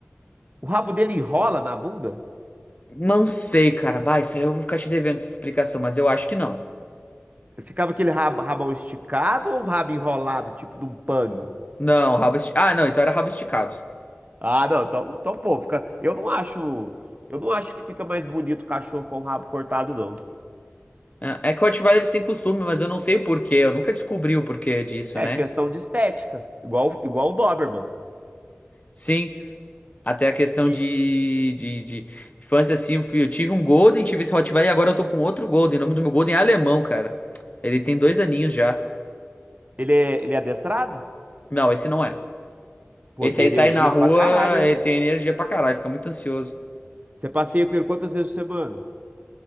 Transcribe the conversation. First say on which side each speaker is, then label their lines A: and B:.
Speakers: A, on the right (about 35°); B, on the left (about 35°).
A: O rabo dele enrola na bunda?
B: Não sei, cara, bah, isso aí eu vou ficar te devendo essa explicação, mas eu acho que não.
A: Ficava aquele rabo, rabão esticado ou um rabo enrolado, tipo de um pug?
B: Não, rabo esticado. Ah, não, então era rabo esticado.
A: Ah, não, então, então pô, fica. Eu não acho. Eu não acho que fica mais bonito o cachorro com o rabo cortado, não.
B: É é que o Rottweiler eles têm costume, mas eu não sei o porquê, eu nunca descobri o porquê disso,
A: É
B: né?
A: questão de estética. Igual, igual o Doberman.
B: Sim. Até a questão
A: E
B: de, de, de infância, assim, eu fui- eu tive um Golden, tive esse Rottweiler e agora eu tô com outro Golden. O nome do meu Golden é alemão, cara. Ele tem dois aninhos já.
A: ele é, ele é adestrado?
B: Não, esse não é.
A: Pô,
B: Esse
A: tem
B: aí
A: energia
B: sai na rua,
A: pra caralho, hein?
B: ele tem energia pra caralho, fica muito ansioso.
A: Você passeia com ele quantas vezes por semana?